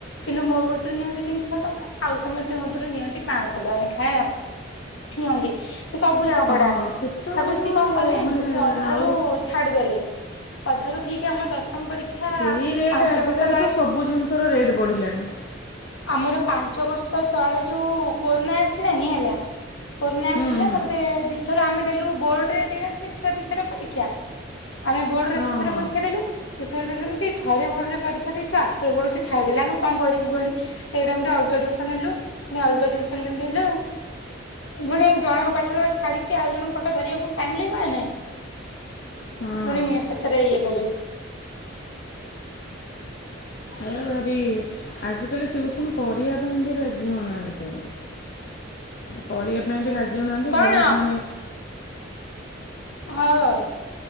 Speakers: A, on the left (about 70°); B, on the left (about 50°).
A: କିନ୍ତୁ ମୋ କତୁରୁ ନିଅନ୍ତି ତିନିଶ ଟଙ୍କା, ଆଉ ସମସ୍ତଙ୍କ କତିରୁ ନିଅନ୍ତି ପାଆଁଶ ଟଙ୍କା ନେଖା ହେଲା ନିଅନ୍ତି, ସେ ସବୁ ଯାକ
B: ହଁ
A: ପଢାନ୍ତି।
B: ସେତେବେଳେ
A: ତାପରେ ସିଏ କଣ କଲେ ଜାଣିଚୁ
B: ମାନେ
A: ସିଏ ଅଧାରୁ
B: ଆଉ
A: ଛାଡିଦେଲେ, ଅଧାରୁ ଠିକ ଆମ ଦଶମ ପରୀକ୍ଷା
B: ସେଇ ରେଟ୍,
A: ପାଞ୍ଚ
B: ଆଜିକାଲି
A: ବର୍ଷ ତଳେ
B: ତ ସବୁ ଜିନିଷର ରେଟ୍ ବଢିଲାଣି
A: ଆମର ପାଞ୍ଚ ବର୍ଷ ତଳେ ଯୋଉ କୋରୋନା ଆସିଲାନି ହେଲା, କୋରୋନା
B: ହୁଁ
A: ଆସିଲା
B: ହୁଁ
A: ତାପରେ ଦି ଥର ଆମେ ଦେଲୁ ବୋର୍ଡରେ ଦେଇ ନଥିଲେ ଛୁଆ ଦିଥର ପରୀକ୍ଷା, ଆମେ ବୋର୍ଡରେ
B: ହଁ
A: ଦିଥର
B: ହଁ
A: ପରୀକ୍ଷା ଦେଲୁ, ଦି ଥର ଦେଲୁ ଯେମତି ଥରେ ବୋର୍ଡ଼ରେ ପରୀକ୍ଷା ଦେଇଛୁ, ଆସିଲା ବେଳକୁ ସେ ଛାଡିଦେଲେ, ଆମେ କଣ କରିବୁ କହନି? ସେଇ ଟାଇମରେ ଅଲଗା ଟ୍ୟୁସନ ହେଲୁ, ପୁଣି ଅଲଗା ଟ୍ୟୁସନ ଯେମତି ହେଲୁ ଫୁଣି ଆମେ ଜଣଙ୍କ ପାଠ ଛାଡିକି ଆଉ ଜଣଙ୍କ ପାଠ ଧରିବାକୁ ପୁଣି ଟାଇମ ଲାଗିବ ନା ନାଇଁ?
B: ହଁ
A: ଫୁଣି ସେତେରେ ଇଏ କଲୁ।
B: ଏ ଭାରି, ଆଜିକାଲି ଟ୍ୟୁସନ କରିଆ ପାଇଁ ବି ରାଜି ହଉନାହାଁନ୍ତି।
A: <inaudible>
B: କରିଆ ପାଇଁ ବି ରାଜି ହଉନାହାଁନ୍ତି,
A: କଣ
B: ବହୁତ ମାନେ
A: ହଁ।